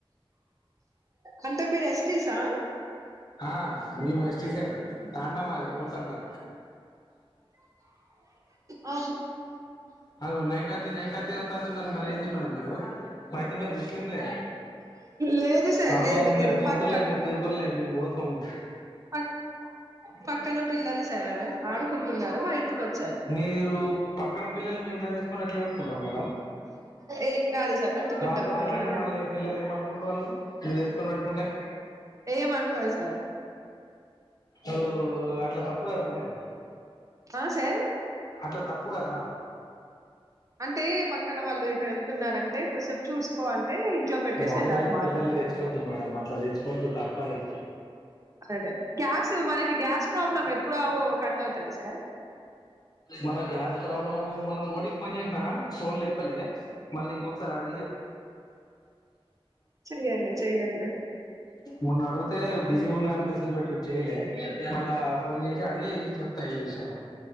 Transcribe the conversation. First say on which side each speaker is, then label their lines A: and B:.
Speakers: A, on the right; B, on the left.
A: అంటే మీరు ఎస్టీ సా
B: ఆ మేము ఎస్టీసే తాండా మాది గోడ్ తాండా
A: ఆ
B: అ నైకాతి నైకాతి అ అ మ మరెం ది మేడమ మీరు మ నిమ్లే
A: లేదు సార్
B: అవు
A: లేదు లేదు
B: మీరు తుర్కొలె
A: పక్కన
B: మీరూ తూర్కొలే అవును
A: ప పక్కన పిల్లలు సార్ ఆడుకుంటున్నారు మా <inaudible>
B: మీరు పక్కన పిల్లలు మీ ఇంలో తెచ్చుకొని ఎట్లా పెట్టుకుంటారు మేడం
A: ఏం కాదు సార్ పెట్టుకుంటాం
B: వాళ్ళు
A: మేము
B: వాళ్ళ
A: అట్లనే
B: ఆయన వాళ్ళు పిల్లలు ఏమనుకుంటారు వాళ్ళు మీరు తెసుకొని పెట్టుకుంటే
A: ఏమనుకోదు సార్
B: అ అట్లా తప్పు కదా మేడ
A: ఆ సార్
B: అట్లా తప్పు కదా
A: అంటే పక్కన వాళ్ళు ఎటువ న్నారంటే కొద్దిసేపు చూసుకో అంటే ఇంట్లో పెట్టేసి
B: వాళ్ళ
A: వెళ్ళారు
B: వీళ్ళ
A: మాళ
B: పిల్లల్ని తెచ్చుకోవద్దు మేడం అట్లా తెచ్చుకోవద్దు తప్పది
A: అదే గ్యాస్ మనకి గ్యాస్ ప్రాబ్లం ఎప్పుడు కట్ అవుతుంది సార్
B: మన గ్యాస్ ప్రాబ్లమ్ మన మోడీకి ఫోన్ చేసిన ఫోన్ లేపలే మళింగ ఒక స అ ఆడిీ
A: చె్యడి చె్యడి
B: మొన్న అడిగితే బిజీ ఉన్నాయని మెసేజ్ పెట్టి చేయలే హలా ఫోన్ చేసి అడిగి ా ఈ విషయంలో